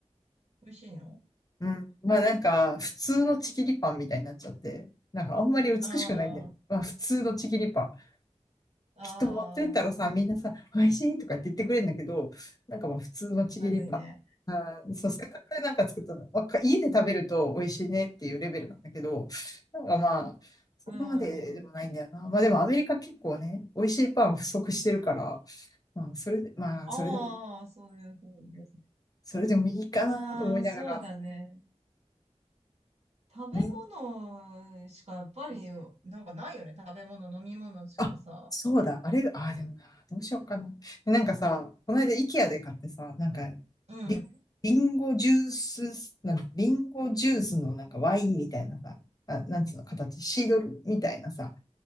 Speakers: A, on the right; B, on the left.
A: 美味しいの
B: うん。まあなんか、普通のちぎりパンみたいになっちゃって。なんかあんまり美しくないんだよ。
A: ああ、
B: まあ普通のちぎりパン。
A: ああ、
B: きっと持ってったらさ、みんなさ、美味しいとかって言ってくれるんだけど、なんかまあ普通のちぎりパン。
A: まずいね。
B: あー、そう、せっかくなんか作ったの、わか家で食べると美味しいねっていうレベルなんだけど、なんかまあ、そこまででもないんだよな。
A: うん。
B: まあでもアメリカ結構ね、美味しいパン不足してるから、まあそれで、まあそれでも、
A: ああ、そういうふうです。
B: それでもいいかなと思いながら、
A: まあ、そうだね。食べ物しかやっぱり、
B: みん
A: なんかないよね。食べ物、飲み物しかさ。
B: あ、そうだ、あれ、あ、でもな、どうしようかな。なんかさ、この間、イケアで買ってさ、なんか、
A: うん、
B: リ、
A: うん、
B: リンゴジュース、なんリンゴジュースのなんかワインみたいなさ、あ、なんつうの形、シードルみたいなさ、